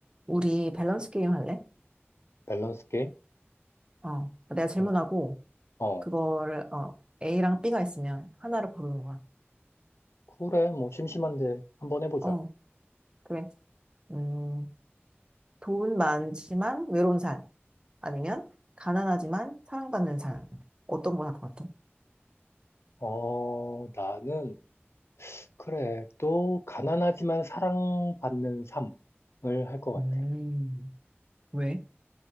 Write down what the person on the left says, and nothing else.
밸런스 게임?
어, 어,
그래, 뭐, 심심한데, 한번 해보자.
어, 나는, 그래, 또, 가난하지만 사랑받는 삶을 할 것
같아.